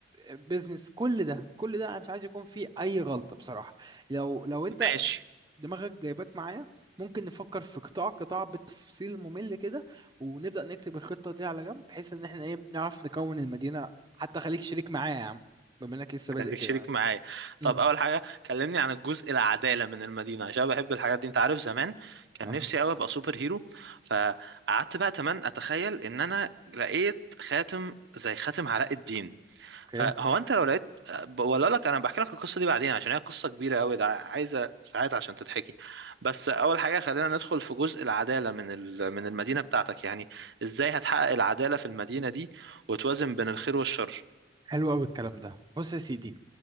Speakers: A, on the right (about 20°); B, on the right (about 60°).
A: بيزنس كل ده كل ده انا مش عايز يكون فيه اي غلطه بصراحه لو لو انت
B: ماشي
A: دماغك جايباك معايا ممكن نفكر في قطاع قطاع بالتفصيل ممل كده ونبدا نكتب الخطه دي على جنب بحيث ان احنا ايه نعرف نكون المدينه حتى خليك شريك معايا يا عم بما انك لسه بادئ
B: خليك
A: كده
B: شريك معايا
A: مم.
B: طب اول حاجة كلمني عن الجزء العدالة من المدينة عشان بحب الحاجات دي انت عارف زمان
A: <laughs>
B: كان
A: اه
B: نفسي قوي ابقى سوبر هيرو فقعدت بقى تمام اتخيل ان انا لقيت خاتم زي خاتم علاء الدين
A: اوكي
B: فهو انت لو لقيت ب- ولا أقول لك انا بحكي لك القصه دي بعدين عشان هي قصه كبيره قوي ده عايزه ساعات عشان تتحكي بس اول حاجه خلينا ندخل في جزء العداله من ال- من المدينه بتاعتك يعني ازاي هتحقق العداله في المدينه دي وتوازن بين الخير والشر
A: حلو قوي الكلام ده بص يا سيدي